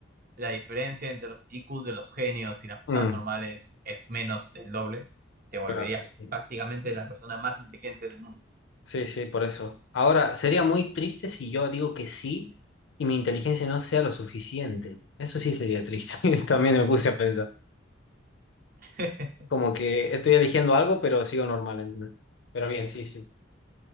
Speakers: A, on the right (about 50°); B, on the left (about 70°).
A: la diferencia entre los IQs de los genios y las personas
B: Mm,
A: normales es menos del doble, te volverías
B: claro, sí. sí.
A: prácticamente la persona más inteligente del mundo.
B: Sí, sí, por eso. Ahora, sería muy triste si yo digo que sí y mi inteligencia no sea lo suficiente. Eso sí sería triste. <laughs> También me puse a pensar.
A: <laughs>
B: Como que estoy eligiendo algo, pero sigo normal, ¿entendés? Pero bien, sí, sí.